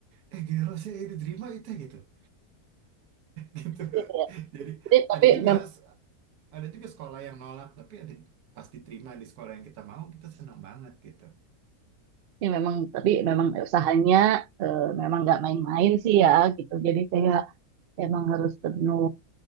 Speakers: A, on the right; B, on the right.
A: eh gelo sih eh, diterima itu gitu <laughs> gitu
B: Iya, iya.
A: jadi
B: Jadi tapi
A: ada juga
B: memang
A: ada juga sekolah yang nolak tapi ada pas diterima di sekolah yang kita mau kita senang banget gitu
B: ya memang tapi memang usahanya eh, memang nggak main-main sih ya gitu. Jadi kayak emang harus penuh